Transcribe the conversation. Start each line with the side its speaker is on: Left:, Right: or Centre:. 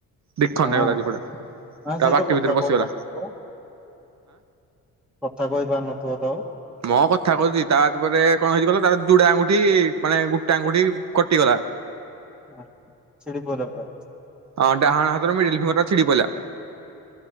Right: ଦିଇଖଣ୍ଡ
Centre: ହଁ
Right: ହେଇଗଲା ଜିଭଟା
Centre: ହଁ
Right: ତା
Centre: ସେ
Right: ବାଟି
Centre: ତ କଥା
Right: ଭିତରେ ପସିଗଲା।
Centre: କହିପାରୁନଥିବ କଥା କହି ପାରୁନଥିବ ତ ଆଉ?
Right: ହଁ କଥା କହୁଛି ତାପରେ କଣ ହେଇଛି ଗଲା ତାର ଜୁଡେ ଆଙ୍ଗୁଠି ମାନେ ଗୁଟେ ଆଙ୍ଗୁଠି କଟିଗଲା।
Centre: ହ ଛିଡ଼ି ପଇଲା ପୁରା
Right: ହଁ ଡାହାଣ ହାତର ମିଡିଲ ଫିଙ୍ଗର ଟା ଛିଡି ପିଇଲା।